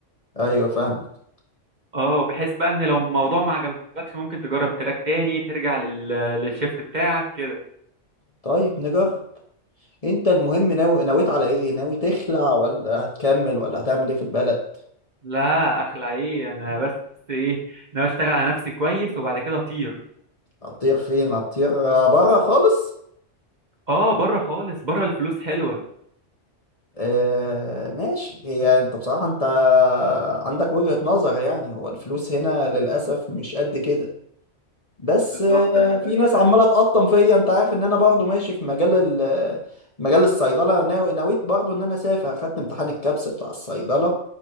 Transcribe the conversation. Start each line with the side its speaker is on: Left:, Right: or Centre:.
Left: ايوه فاهمك
Right: اه بحيث بقى ان لو الموضوع ما عجبكش ممكن تجرب تراك تاني ترجع لل... للشيفت بتاعك كده
Left: طيب نجر انت المهم ناوي نويت على ايه ناوي تخلع ولا هتكمل ولا هتعمل ايه في البلد
Right: لا اخلع ايه انا بس ايه انا بشتغل على نفسي كويس وبعد كده اطير
Left: هتطير فين هتطير بره خالص
Right: اه بره خالص بره الفلوس حلوة
Left: آه ماشي هي انت بصراحة انت عندك وجهة نظر يعني هو الفلوس هنا للأسف مش قد كده بس
Right: بالظبط
Left: آه،
Right: انا بس
Left: في ناس عماله تقطم فيا انت عارف ان انا برضو ماشي في مجال ال- مجال الصيدله ناوي نويت برضو ان انا اسافر خدت امتحان الكابس بتاع الصيدله